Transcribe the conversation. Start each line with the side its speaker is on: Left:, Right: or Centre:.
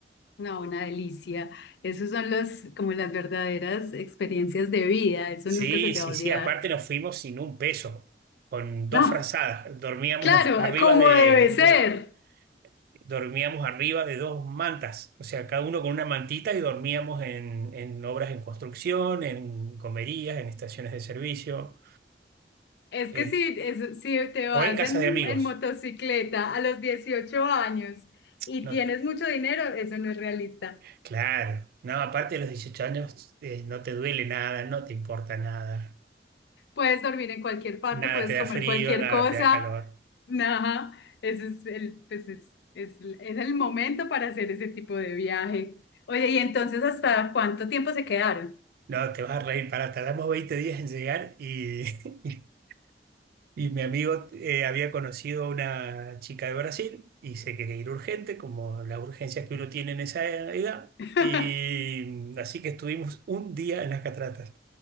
Left: No, una delicia. Esos son los, como las verdaderas experiencias de vida. Eso
Right: Sí,
Left: nunca se te
Right: sí,
Left: va a olvidar.
Right: sí, aparte nos fuimos sin un peso, con dos
Left: No,
Right: frazadas, dormíamos
Left: claro,
Right: en- arriba
Left: ah, como
Right: de,
Left: debe ser.
Right: de- dormíamos arriba de dos mantas, o sea, cada uno con una mantita y dormíamos en, en obras en construcción, en comerías, en estaciones de servicio,
Left: Es
Right: eh,
Left: que si, es- si te vas
Right: o en casas
Left: en,
Right: de amigos.
Left: en motocicleta a los 18 años y
Right: No,
Left: tienes mucho dinero, eso no es realista.
Right: claro, no, aparte de los 18 años, eh, no te duele nada, no te importa nada,
Left: Puedes dormir en cualquier parte,
Right: nada
Left: puedes
Right: te da
Left: comer
Right: frío,
Left: cualquier
Right: nada
Left: cosa.
Right: te da calor.
Left: Ajá, ese es el, pues es, es, es el momento para hacer ese tipo de viaje. Oye, ¿y entonces hasta cuánto tiempo se quedaron?
Right: No, te vas a reír, para tardamos 20 días en llegar y... <laughs> Y mi amigo eh, había conocido a una chica de Brasil y se quería ir urgente, como las urgencias que uno tiene en esa edad.
Left: <laughs>
Right: Y mm, así que estuvimos un día en las cataratas,